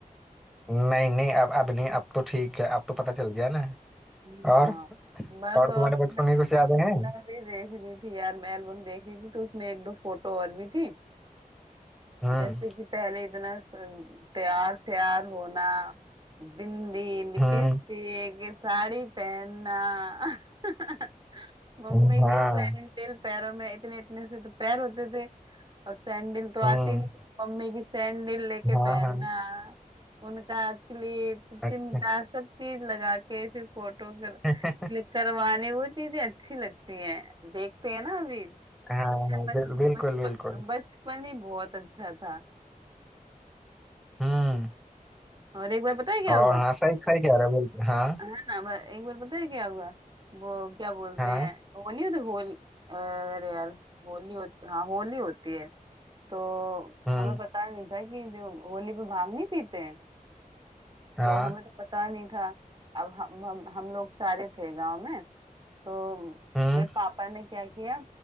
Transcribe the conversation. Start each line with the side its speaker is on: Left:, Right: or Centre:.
Centre: <laughs> नहीं नहीं अब अब नहीं अब तो ठीक है अब तो पता चल गया ना
Right: हाँ
Centre: और
Right: बस
Centre: और तुम्हारे
Right: और
Centre: बचपन
Right: मैं
Centre: की कुछ यादें हैं
Right: भी देख रही थी यार मैं एल्बम देख रही थी तो उसमें एक दो फोटो और भी थी
Centre: हम्म
Right: जैसे कि पहले इतना स- तैयार श्यार होना बिंदी लिपस्टिक
Centre: हम्म
Right: साड़ी पहनना <laughs> मम्मी
Centre: हाँ
Right: की सैंडल पैरों में इतने इतने से तो पैर होते थे और सैंडल तो आती
Centre: हम्म
Right: नहीं थी, तो मम्मी की सैंडल लेके
Centre: हाँ
Right: पहनना
Centre: हाँ
Right: उनका क्लिप चिमटा
Centre: <laughs>
Right: सब चीज लगा के फिर फोटो कर क्लिक
Centre: अच्छा
Right: करवाने वो चीजें अच्छी लगती हैं देखते हैं ना अभी
Centre: हाँ हाँ
Right: बच
Centre: बिल, बिल्कुल
Right: बचपन
Centre: बिल्कुल
Right: बचपन ही बहुत अच्छा था
Centre: हम्म
Right: और एक बार पता है क्या
Centre: और
Right: हुआ
Centre: हाँ सही सही कह रहे हो बिल्कुल हाँ
Right: है ना ब- एक बार पता है क्या हुआ वो क्या बोलते
Centre: हाँ
Right: हैं वो नहीं होती होली अरे यार होली होती हाँ होली होती है तो
Centre: हम्म
Right: हमें पता नहीं था कि जो होली पे भांग नहीं पीते हैं
Centre: हाँ
Right: तो हमें तो पता नहीं था अब हम हम, हम लोग सारे थे गांव में तो
Centre: हम्म
Right: मेरे पापा ने क्या किया